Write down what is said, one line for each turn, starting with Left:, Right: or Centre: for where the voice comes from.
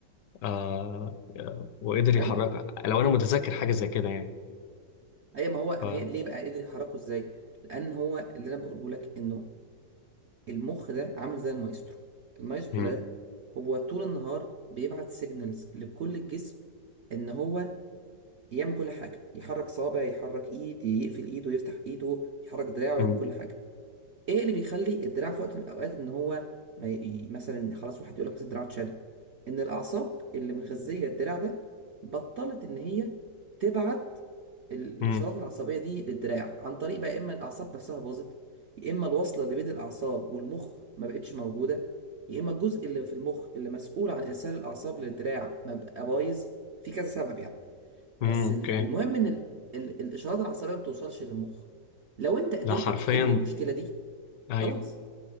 Left: آه آه، وقدر يحركها
Right: ايوه
Left: لو انا متذكر حاجه زي كده يعني
Right: ايوه ما هو ما
Left: ف
Right: هي ليه بقى قدر يحركه ازاي لان هو اللي انا بقوله لك انه المخ ده عامل زي المايسترو المايسترو
Left: مم.
Right: ده هو طول النهار بيبعت سيجنالز لكل الجسم ان هو يعمل كل حاجة يحرك صابع يحرك ايد يقفل ايده يفتح ايده يحرك دراعه
Left: مم.
Right: يعمل كل حاجة ايه اللي بيخلي الدراع في وقت من الاوقات ان هو ما ي... مثلا خلاص واحد يقول لك مثلا الدراع اتشل ان الاعصاب اللي مغذية الدراع ده بطلت ان هي تبعت ال-
Left: مم.
Right: الاشارات العصبية دي للدراع عن طريق بقى يا اما الاعصاب نفسها باظت يا اما الوصلة اللي بين الاعصاب والمخ ما بقتش موجودة يا اما الجزء اللي في المخ اللي مسؤول عن ارسال الاعصاب للدراع ما بقى بايظ في كذا سبب يعني بس
Left: مم. اوكي
Right: ال- المهم ان ال- ال- الاشارات العصبيه ما بتوصلش للمخ لو انت قدرت
Left: ده حرفيا
Right: تحل المشكله دي
Left: ايوه
Right: خلاص